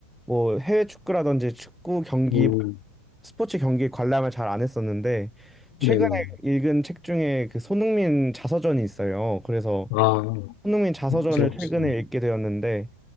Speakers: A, in the centre; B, on the left.
A: 뭐 해외 축구라든지 축구 경기,
B: 음,
A: 뭐 스포츠 경기 관람을 잘 안 했었는데 최근에
B: 네네.
A: 읽은 책 중에 그 손흥민 자서전이 있어요. 그래서
B: 아,
A: 손흥민 자서전을
B: 저,
A: 최근에
B: 지
A: 읽게 되었는데